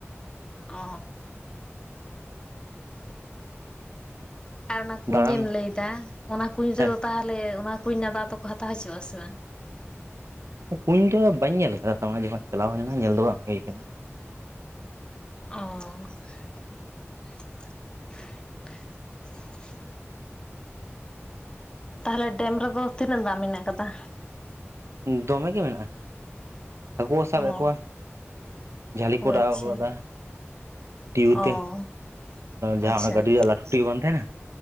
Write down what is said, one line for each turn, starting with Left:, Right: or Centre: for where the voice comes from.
Left: ᱚ ᱟᱨ ᱚᱱᱟ ᱠᱩᱧ
Right: ᱫᱟᱬᱟᱱ
Left: ᱮᱢ ᱞᱟᱹᱭᱫᱟ, ᱚᱱᱟ ᱠᱩᱧ ᱨᱮᱫᱚ
Right: ᱦᱮᱸ
Left: ᱛᱟᱦᱚᱞᱮ ᱚᱱᱟ ᱠᱩᱧ ᱨᱮᱱᱟᱜ ᱫᱟᱜ ᱫᱚᱠᱚ ᱦᱟᱛᱟᱣ ᱦᱚᱪᱚᱣᱟᱜ ᱥᱮ ᱵᱟᱝ?
Right: ᱠᱩᱧ ᱫᱚ ᱵᱟᱹᱧ ᱧᱮᱞ ᱟᱠᱟᱫᱟ <unintelligible> ᱪᱟᱞᱟᱣ ᱦᱩᱭ ᱞᱮᱱᱟ ᱧᱮᱞ ᱫᱚ ᱵᱟᱝ ᱦᱩᱭ ᱟᱠᱟᱱᱟ᱾
Left: ᱚ ᱛᱟᱦᱚᱞᱮ ᱰᱮᱢ ᱨᱮᱫᱚ ᱛᱤᱱᱟᱹᱜ ᱫᱟᱜ ᱢᱮᱱᱟᱜ ᱟᱠᱟᱫᱟ
Right: ᱫᱚᱢᱮ ᱜᱮ ᱢᱮᱱᱟᱜ-ᱟ ᱦᱟᱹᱠᱩ ᱠᱚ ᱥᱟᱵᱮᱫ
Left: ᱚ
Right: ᱠᱚᱣᱟ, ᱡᱷᱟᱹᱞᱤ ᱠᱚ ᱮᱰᱟᱣ
Left: ᱟᱪᱪᱷᱟ
Right: ᱟᱠᱟᱫᱟ ᱴᱤᱭᱩ
Left: ᱚ
Right: ᱛᱮ
Left: ᱟᱪᱪᱷᱟ
Right: ᱡᱟᱦᱟᱸ ᱜᱟᱹᱰᱤ ᱨᱮᱭᱟᱜ ᱞᱟᱹᱴᱤ ᱵᱟᱝ ᱛᱟᱦᱮᱱᱟ